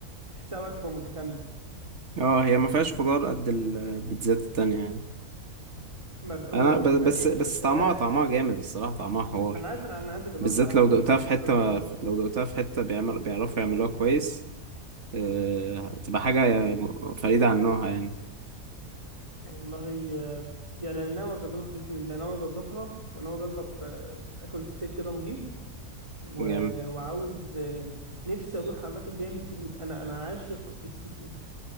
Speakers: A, on the right; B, on the right.
A: تحسها وجبه متكامله
B: اه هي ما فيهاش خضار قد البيتزات التانية يعني
A: ما ب-
B: انا
A: وما
B: ب-
A: فيهاش
B: بس بس
A: فراخ
B: طعمها طعمها
A: او كده
B: جامد الصراحة طعمها حوار
A: انا عايز انا عايز اجربها
B: بالذات
A: بس انا
B: لو
A: ما
B: دقتها
A: ما
B: في حتة
A: جربتهاش خالص
B: لو دقتها في حتة بيعمل بيعرفوا يعملوها كويس آه، تبقى حاجة فريدة عن نوعها يعني
A: والله آه، يعني انا ناوي اجربها باذن الله ناوي اجربها وناوي اجرب آه، اكل ستيك كده نضيف و...
B: جامد
A: وعاوز آه، نفسي اروح اماكن بيعمل سي فود انا انا عاشق للسي فود